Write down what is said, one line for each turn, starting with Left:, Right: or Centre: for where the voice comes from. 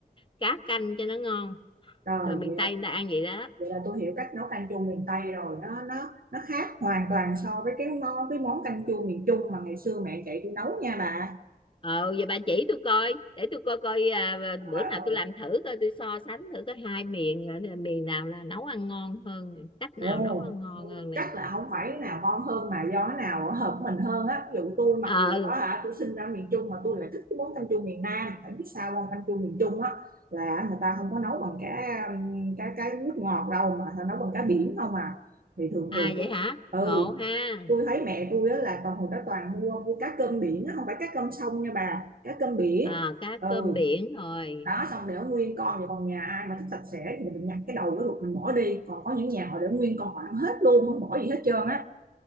Left: cá canh cho nó ngon
Right: rồi
Left: rồi miền
Right: vậy
Left: Tây
Right: là,
Left: người ta ăn vậy đó
Right: vậy là tôi hiểu cách nấu canh chua miền Tây rồi nó nó nó khác hoàn toàn so với cái món cái món canh chua miền Trung mà ngày xưa mẹ chạy tôi nấu nha bà
Left: ờ vậy bà chỉ tôi coi để tôi coi coi à,
Right: à,
Left: bữa nào tôi làm thử coi tôi so sánh thử có hai miền à, miền nào là nấu ăn ngon hơn cách
Right: Ồ,
Left: nào nấu ăn ngon hơn nè
Right: chắc là không phải cái nào ngon hơn mà do cái nào hợp mình hơn á. Ví dụ tôi mặc
Left: ờ
Right: dù đó hả, tôi sinh ra miền Trung mà tôi lại thích cái món canh chua miền Nam. Tại biết sao không? Canh chua miền Trung á là người ta không có nấu bằng cái um, cái cái nước ngọt đâu mà người ta nấu bằng cá biển không à. Thì thường
Left: à
Right: thường tôi
Left: vậy hả
Right: ừ,
Left: ngộ ha
Right: tôi thấy mẹ tôi á là toàn hồi đó toàn mua mua cá cơm biển á, không phải cá cơm sông nha bà, cá cơm biển.
Left: ờ cá
Right: Ừ,
Left: cơm biển rồi
Right: đó xong để nguyên con thì còn nhà ai mà thích sạch sẽ thì mình nhặt cái đầu cái ruột mình bỏ đi còn có những nhà họ để nguyên con họ ăn hết luôn không bỏ gì hết trơn á